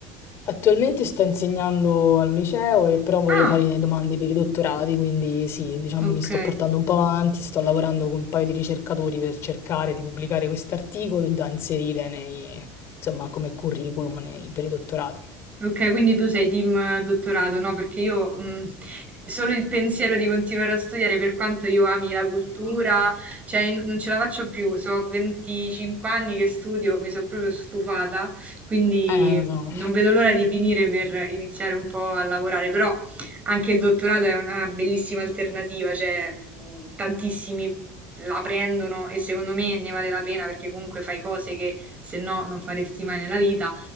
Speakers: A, on the left; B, on the right.
A: Attualmente sto insegnando al liceo e però voglio
B: Ah,
A: fare le domande per i dottorati, quindi sì, diciamo
B: ok.
A: mi sto portando un po' avanti, sto lavorando con un paio di ricercatori per cercare di pubblicare quest'articolo e da inserire nei, insomma, come curriculum nei- per i dottorati.
B: Ok, quindi tu sei team eh, dottorato, no? Perché io mh, solo il pensiero di continuare a studiare, per quanto io ami la cultura, cioè in- non ce la faccio più. So 25 anni che studio, mi sono proprio stufata, quindi
A: Eh, lo so.
B: non vedo l'ora di finire per iniziare un po' a lavorare. Però anche il dottorato è una, una bellissima alternativa, cioè mh, tantissimi la prendono e secondo me ne vale la pena perché comunque fai cose che se no non faresti mai nella vita